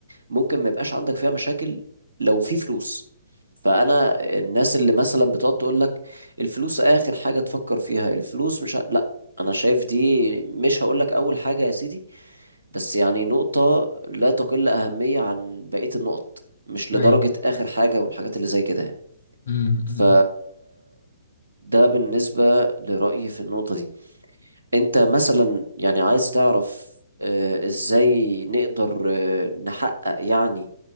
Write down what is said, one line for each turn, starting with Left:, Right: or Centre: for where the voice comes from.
Right: ممكن ما يبقاش عندك فيها مشاكل لو في فلوس فانا الناس اللي مثلا بتقعد تقول لك الفلوس اخر حاجه تفكر فيها الفلوس مش ه... لا انا شايف دي مش هقول لك اول حاجه يا سيدي بس يعني نقطه لا تقل اهميه عن بقيه النقط مش لدرجه
Left: ايوه
Right: اخر حاجه والحاجات اللي زي كده يعني
Left: أمم،
Right: ف
Left: أمم.
Right: ده بالنسبه لرايي في النقطه دي انت مثلا يعني عايز تعرف آه، ازاي نقدر آه، نحقق يعني